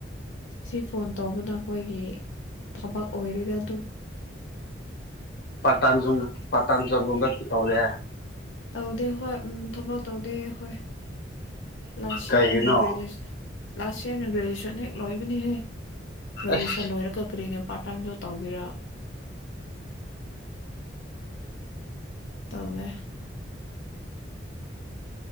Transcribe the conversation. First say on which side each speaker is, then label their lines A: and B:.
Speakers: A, on the left; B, on the left.
A: ꯁꯤ ꯐꯣꯟ ꯇꯧꯕꯅ ꯑꯩꯈꯣꯏꯒꯤ ꯊꯕꯛ ꯑꯣꯏꯔꯗꯤ ꯑꯗꯨꯝ
B: ꯄꯇꯥ ꯄꯥꯇꯥꯝ ꯖꯣꯕꯒꯨꯝꯕ ꯇꯧꯔꯦ
A: ꯇꯧꯗꯦ ꯍꯣꯏ ꯎꯝ ꯊꯕꯛ ꯇꯧꯗꯦ ꯍꯣꯏ ꯂꯥꯁ
B: ꯀꯩꯒꯤꯅꯣ
A: ꯏꯌꯔ ꯅ ꯭ꯔꯦꯖꯨꯁꯟ ꯂꯥꯁ ꯏꯔ ꯅ ꯭ꯔꯦꯖꯨꯌꯦꯁꯟ ꯍꯦꯛ ꯂꯣꯏꯕꯅꯤꯍꯦ ꯔꯣꯏꯖꯁꯟ
B: ꯑꯁ
A: ꯂꯣꯏꯔ ꯀꯛꯀ꯭ꯔꯤꯉ ꯄꯥꯔꯠ ꯇꯥꯏꯝꯁꯨ ꯇꯧꯒꯦꯔ ꯇꯠꯂꯦ